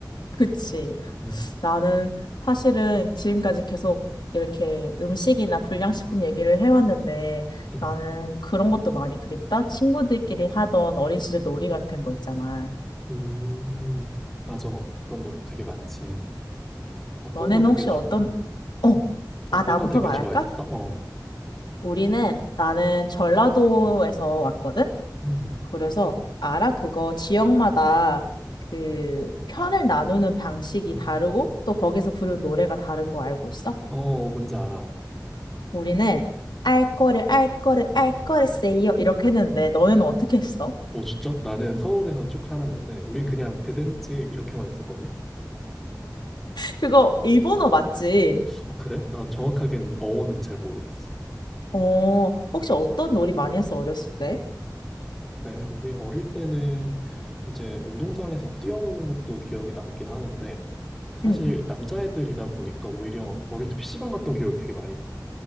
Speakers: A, on the left; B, in the centre.
A: 그치.
B: 음,
A: 나는 사실은 지금까지 계속 이렇게 음식이나 불량식품 얘기를 해왔는데
B: 음,
A: 나는 그런 것도 많이 그립다. 친구들끼리 하던 어린 시절 놀이 같은 거 있잖아.
B: 음, 맞아. 그런 놀이도 되게 많지. 어떤
A: 너네는
B: 거 되게,
A: 혹시
B: 좋-
A: 어떤,
B: 음,
A: 어,
B: 어떤
A: 아, 나부터
B: 거 되게
A: 말할까?
B: 좋아했었어? 어,
A: 우리는, 나는 전라도에서 왔거든?
B: 음,
A: 그래서, 알아? 그거 지역마다 그 편을 나누는 방식이
B: 음.
A: 다르고, 또 거기서 부르는 노래가 다른 거 알고 있어?
B: 어, 뭔지 알아.
A: 우리는, 알 거를, 알 거를, 알 거를 세요. 이렇게 했는데, 너네는 어떻게 했어?
B: 어, 진짜? 나는 서울에서 쭉 살았는데, 우린 그냥 대댄지 이렇게만 했었거든?
A: 그거 일본어 맞지?
B: 어, 그래? 나 정확하게는 어원은 잘 모르겠어.
A: 어, 혹시 어떤 놀이 많이 했어, 어렸을 때?
B: 네, 우리 어릴 때는 이제 운동장에서 막 뛰어노는 것도 기억에 남긴 하는데, 사실
A: 응.
B: 남자애들이다 보니까 오히려 어릴 때 PC방 갔던 기억이 되게 많이 나.